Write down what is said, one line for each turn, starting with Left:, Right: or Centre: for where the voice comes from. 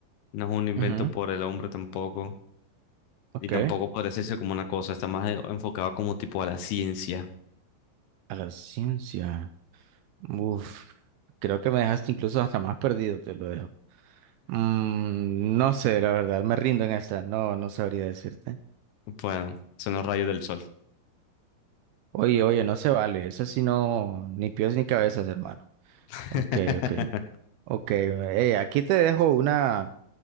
Left: no es un invento
Right: Ujú,
Left: por el hombre tampoco,
Right: Ok,
Left: y tampoco
Right: a
Left: podría decirse como una cosa, está más eh, enfocado como tipo a la ciencia.
Right: la ciencia. Uf, creo que me dejaste incluso hasta más perdido, te lo dejo. Mm, no sé, la verdad, me rindo en esta, no, no sabría decirte.
Left: Bueno, son los rayos del sol.
Right: Oye, oye, no se vale, eso sí no, ni pies ni cabezas, hermano.
Left: <laughs>
Right: Ok, ok, ok, eh, aquí te dejo una,